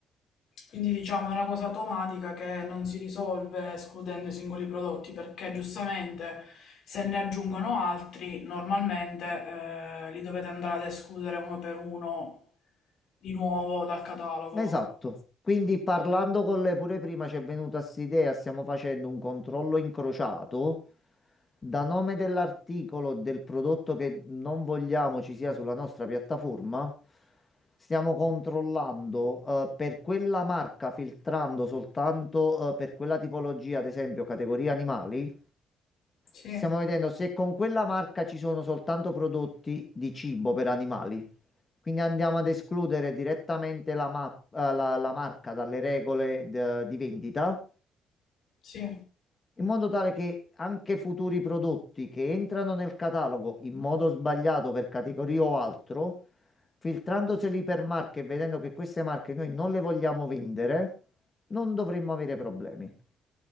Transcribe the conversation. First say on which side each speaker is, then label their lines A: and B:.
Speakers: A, on the left (about 70°); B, on the left (about 30°).
A: Quindi diciamo è una cosa automatica che non si risolve escludendo i singoli prodotti, perché giustamente se ne aggiungono altri, normalmente eh, li dovete andare ad escludere uno per uno di nuovo dal catalogo.
B: Esatto. Quindi parlando con lei pure prima ci è venuta st'idea, stiamo facendo un controllo incrociato da nome dell'articolo del prodotto che non vogliamo ci sia sulla nostra piattaforma. Stiamo controllando eh, per quella marca, filtrando soltanto eh, per quella tipologia, ad esempio categoria animali.
A: Sì,
B: Ci stiamo vedendo se con quella marca ci sono soltanto prodotti di cibo per animali. Quindi andiamo ad escludere direttamente la, ma- eh, la- la marca dalle regole d- di vendita,
A: sì.
B: in modo tale che anche futuri prodotti che entrano nel catalogo in modo sbagliato per categoria o altro, filtrandoseli per marche e vedendo che queste marche noi non le vogliamo vendere, non dovremmo avere problemi.